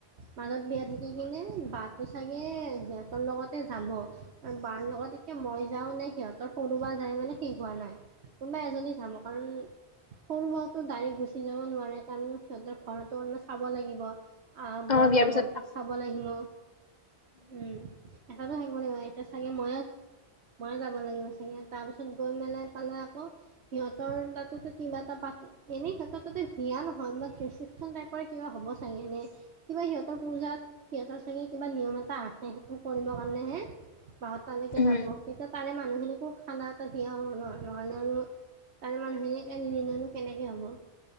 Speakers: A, on the right; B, on the left.
A: মাজত বিয়া থাকি কিনে বাটো চাগে সিহঁতৰ লগতে যাব আৰু বাৰ লগত। গতিকে মই যাওঁ নে সিহঁতৰ সৰু বা যায় মানে ঠিক হোৱা নাই কোনোবা এজনী যাম কাৰণ। সৰু বাওঁতো ডাইৰেক্ট গুচি যাব নোৱাৰে কাৰণ সিহঁতৰ ঘৰতো চাব লাগিব। অহ
B: অ,
A: বৰমা
B: বিয়াৰ পিছত
A: বৰটাক চাব লাগিব। উম এটাতো থাকিব লাগিব। এটিয়া চাগে ময়ে ময়ে যাব লাগিব চাগে, তাৰ পিছত গৈ মেলাই পেলাই আকৌ সিহঁতৰ তাতোটো কিবা এটা পাতি এনে সিহ'তৰ তাতে বিয়া নহয় মানত ৰিচেপচন টাইপৰ কিবা হ'ব চাগে, এনেই কিবা সিহঁতৰ পূজাত সিহঁতৰচাগে কিবা নিয়ম টা আছে, সেইটো কৰিবৰ কাৰণে হে বা হ'ত তালৈকে
B: উম,
A: যাব। তেতিয়া তাৰে মানুহখিনিকো খানা দিয়া হ'ব ন, নহ'লে আৰু তাৰে মানুহখিনিক নিনিলেনো কেনেকৈ হ'ব।